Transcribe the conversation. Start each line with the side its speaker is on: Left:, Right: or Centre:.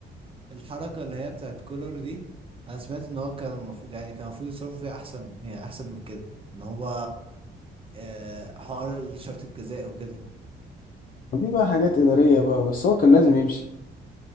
Right: الحركة اللي هي بتاعت كولر دي انا سمعت ان هو كان المفروض يعني كان المفروض يصرفوا فيها احسن يعني احسن من كده ان هو آه، حوار الشرط الجزائي وكده
Left: ودي بقى حاجات اداريه بقى بس هو كان لازم يمشي